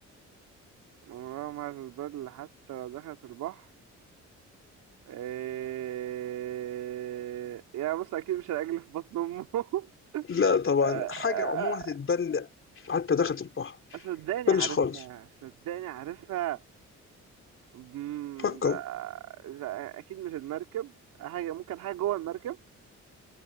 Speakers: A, on the right; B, on the left.
A: عمرها ما هتتبدل حتى لو دخلت البحر إيه... يعني بص اكيد مش العجل في بطن امه <laughs> آه،
B: لا طبعا
A: آه،
B: حاجة عموما هتتبلع حتى داخل البحر
A: آه، صدقني
B: تبلش
A: عارفها
B: خالص
A: صدقني عارفها مم،
B: فكر
A: آه، اكيد مش المركب حاجه ممكن حاجه جوه المركب